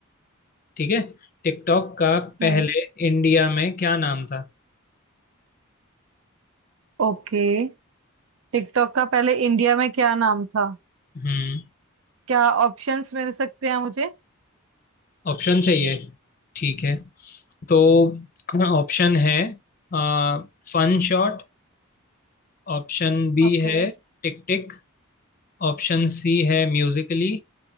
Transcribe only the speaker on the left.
ठीक है टिकटॉक का पहले
इंडिया में क्या नाम था
हम्म
ऑप्शन चाहिए ठीक है तो ऑप्शन है आ, फन शॉट ऑप्शन बी
है टिक टिक ऑप्शन सी है म्यूजिकली